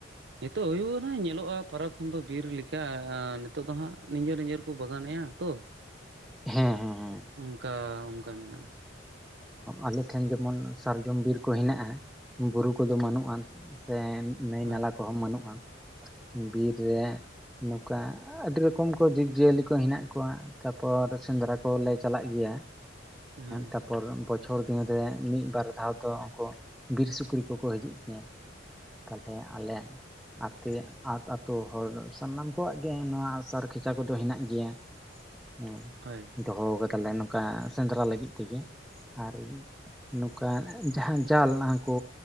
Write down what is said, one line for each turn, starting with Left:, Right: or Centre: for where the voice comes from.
Right: ᱱᱤᱛᱚᱜ ᱦᱩᱭᱩᱜᱼᱟ ᱱᱟ ᱧᱮᱞᱚᱜᱼᱟ ᱯᱷᱟᱨᱟᱠ ᱠᱷᱚᱱ ᱫᱚ ᱵᱤᱨ ᱞᱮᱠᱟ ᱱᱤᱛᱚᱜ ᱫᱚ ᱦᱟᱸᱟᱜ ᱱᱤᱡᱮᱨ ᱱᱤᱡᱮᱨ ᱠᱚ ᱵᱟᱜᱟᱱ ᱮᱼᱟ ᱛᱚ
Centre: <inaudible> ᱦᱮᱸ ᱦᱮᱸ ᱦᱮᱸ
Right: ᱚᱱᱠᱟ ᱚᱱᱠᱟ ᱢᱮᱱᱟᱜᱼᱟ
Centre: ᱟᱞᱮᱴᱷᱮᱱ ᱡᱮᱢᱚᱱ ᱥᱟᱨᱡᱚᱢ ᱵᱤᱨ ᱠᱚ ᱦᱮᱱᱟᱜᱼᱟ ᱵᱩᱨᱩ ᱩᱱᱠᱩ ᱫᱚ
Right: ᱦᱳᱭ
Centre: ᱵᱟᱹᱱᱩᱜᱼᱟ ᱥᱮ ᱱᱟᱹᱭ
Right: ᱦᱳᱭ
Centre: ᱱᱟᱞᱟ ᱠᱚᱦᱚᱸ ᱵᱟᱹᱱᱩᱜᱼᱟ ᱵᱤᱨ ᱨᱮ ᱱᱚᱝᱠᱟ ᱟᱹᱰᱤ ᱨᱚᱠᱚᱢ ᱠᱚ ᱡᱤᱵᱽ-ᱡᱤᱭᱟᱹᱞᱤ ᱠᱚ ᱦᱮᱱᱟᱜ ᱠᱚᱣᱟ! ᱛᱟᱯᱚᱨ ᱥᱮᱸᱫᱽᱨᱟ ᱠᱚᱞᱮ ᱪᱟᱞᱟᱜ ᱜᱮᱭᱟ,
Right: ᱦᱳᱭ
Centre: ᱛᱟᱯᱚᱨ! ᱪᱷᱚᱨ ᱫᱤᱱ ᱨᱮ ᱢᱤᱫ- ᱵᱟᱨ ᱫᱷᱟᱣ ᱫᱚ ᱩᱱᱠᱩ ᱵᱤᱨ ᱥᱩᱠᱨᱤ ᱠᱚᱠᱚ ᱦᱤᱡᱩᱜ ᱜᱮᱭᱟ᱾ ᱛᱟᱦᱚᱞᱮ ᱟᱞᱮ ᱟᱛᱮ ᱟᱹᱛᱩ ᱦᱚᱲ ᱥᱟᱱᱟᱢ ᱠᱚᱣᱟᱜ ᱜᱮ, ᱱᱚᱣᱟ ᱥᱟᱨ ᱠᱷᱮᱪᱟ ᱠᱚᱫᱚ ᱦᱮᱱᱟᱜ ᱜᱮᱭᱟ᱾ ᱦᱮᱸ
Right: ᱦᱳᱭ
Centre: ᱫᱚᱦᱚ ᱠᱟᱫᱟᱞᱮ ᱱᱚᱝᱠᱟ ᱥᱮᱸᱫᱽᱨᱟ ᱞᱟᱹᱜᱤᱫ ᱛᱮᱜᱮ᱾ ᱟᱨ ᱱᱚᱝᱠᱟ ᱡᱟᱦᱟᱸ ᱡᱟᱞ ᱦᱚᱠᱚ